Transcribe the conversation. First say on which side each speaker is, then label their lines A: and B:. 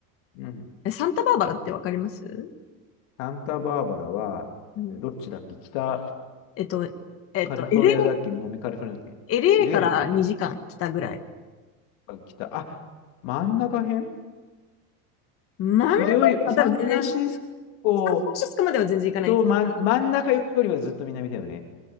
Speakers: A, on the left (about 55°); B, on the left (about 30°).
A: うん
B: え、サンタバーバラってわかります
A: サンタバーバラは、
B: うん。
A: どっちだっけ北
B: えっと、えっと、
A: カリフォルニアだっけ南カリフォルニアだっけ
B: LA、エルエーから2時間来たぐらい。
A: ?LA の方だっけ北。あ、真ん中辺
B: 真ん中には多分全然サ
A: それより、サンフランシスコ
B: ンフランシスコまでは全然行かない。
A: と真ん、真ん中よりはずっと南だよね。